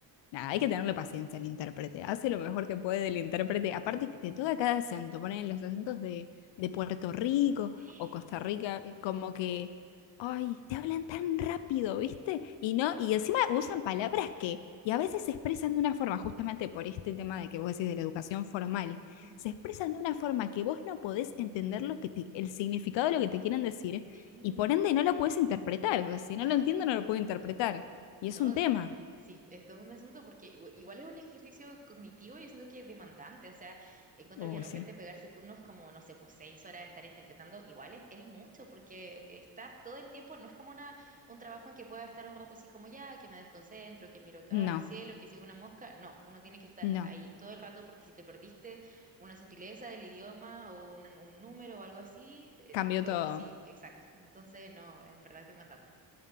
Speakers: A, on the left; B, on the right.
A: Nada, hay que tenerle paciencia al intérprete. Hace lo mejor que puede el intérprete. Aparte, que te toca cada acento. Ponen los acentos de, de Puerto Rico
B: Sí.
A: o Costa
B: Sí.
A: Rica, eh, como que, ay, te hablan tan rápido, ¿viste? Y no, y encima usan palabras que, y a veces se expresan de una forma, justamente por este tema de que vos decís de la educación formal,
B: ujú,
A: se expresan de una forma que vos no podés entender lo que te- el significado de lo que te quieren decir,
B: sí,
A: y por ende no lo podés interpretar. O sea, si no
B: Ajá.
A: lo entiendo, no lo puedo interpretar. Y
B: No,
A: es un tema.
B: Sí, es todo un asunto porque igu- igual es un ejercicio cognitivo y yo siento que es demandante, o sea, encuentro
A: Uy,
B: que de repente
A: sí.
B: pegarse turnos como, no sé, pues seis horas de estar interpretando, igual es, es mucho porque estás todo el tiempo, no es como una, un trabajo en que pueda estar un rato así como ya, que me desconcentro, que miro acá
A: No,
B: al cielo, que sigo una mosca, no, uno tiene que estar
A: no,
B: ahí todo el rato porque si te perdiste una sutileza del idioma o un, un número o algo así, eh,
A: cambió
B: co-
A: todo.
B: sí, exacto, entonces no, en verdad es demandante,